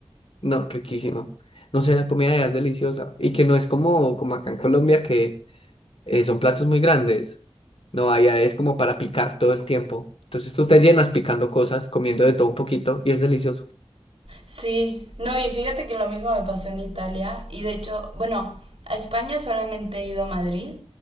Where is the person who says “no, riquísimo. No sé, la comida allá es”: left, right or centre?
Left